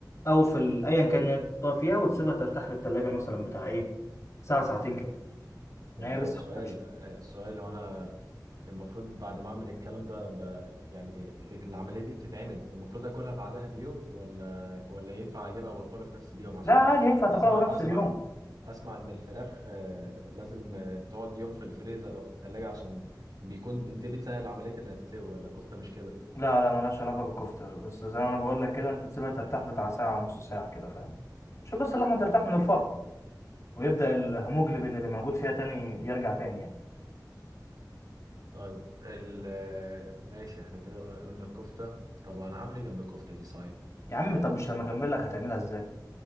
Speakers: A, on the left; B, on the right.
A: أو في ال- أيا كان اللي تحطها فيها وتسيبها ترتاح في التلاجة مثلا بتاع إيه ساعة ساعتين كده إن
B: طب
A: هي لسه
B: سؤال
A: ما فتتش
B: آه، سؤال هو انا المفروض بعد ما اعمل الكلام ده ب... يعني إيه- العملية دي بتتعمل والمفروض اكلها بعدها بيوم ولا ولا ينفع اجيبها واكلها في نفس اليوم عشان
A: لا عادي ينفع تاكلها
B: اسمع
A: نفس
B: اسمع
A: اليوم
B: اسمع ان الفراخ آه، لازم آه، تقعد يوم في الفريزر او في التلاجة عشان بيكون دي بتسهل عملية انها تستوي ولا الكفتة مش كده
A: لا لا ملهاش علاقة بالكفتة بس زي ما أنا بقول لك كده أنت تسيبها ترتاح بتاع ساعة ونص ساعة كده فاهم شوف بس اللحمة ترتاح من الفرن ويبدأ الهيموجلوبين اللي موجود فيها تاني يرجع تاني يعني
B: طيب ال... آه، ماشي احنا كده قلنا الكفتة طب انا هعمل ايه جنب الكفتة دي صحيح
A: يا عم طب مش لما أكمل لك هتعملها إزاي